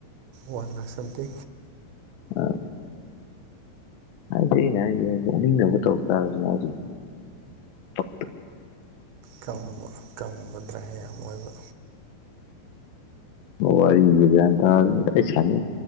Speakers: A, on the right (about 80°); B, on the left (about 80°).
A: ꯋꯥꯟ ꯂꯥꯛ ꯁꯊ
B: ꯑꯝ ꯍꯥꯏꯗ ꯑꯩꯅ ꯍꯥꯏ ꯎꯅꯤꯡꯅꯕ ꯇꯧ ꯇꯥꯔꯁꯨ ꯇ
A: ꯀꯪꯕ ꯀꯪꯉꯕꯗ꯭ꯔ ꯌꯥꯝ ꯑꯣꯏꯕ
B: ꯎ ꯑꯋꯥꯔ ꯀꯥꯏ ꯁ